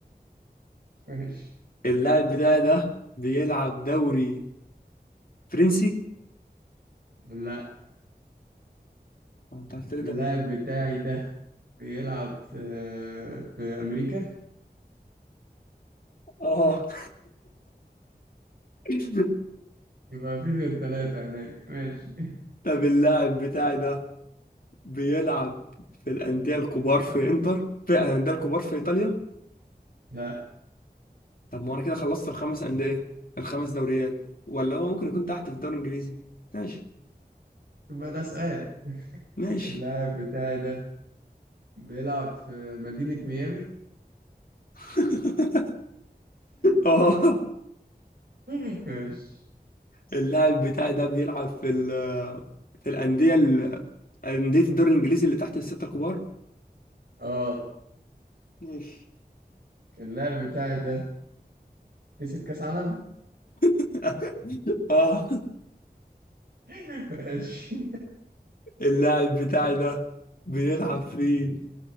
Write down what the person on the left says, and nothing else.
اللاعب بتاعي ده بيلعب دوري فرنسي
أه، انت قلت لي
دوري
اه <laughs>
طب اللاعب بتاعي ده بيلعب في الأندية الكبار في إنتر في الأندية الكبار في إيطاليا
طب ما انا كده خلصت الخمس انديه الخمس دوريات ولا هو ممكن يكون تحت في الدوري الانجليزي ماشي
ماشي
<laughs> اه
اللاعب بتاعي ده بيلعب في ال في الانديه ال- انديه الدوري الانجليزي اللي تحت السته الكبار
ماشي
<laughs> اه
اللاعب بتاعي ده بيلعب في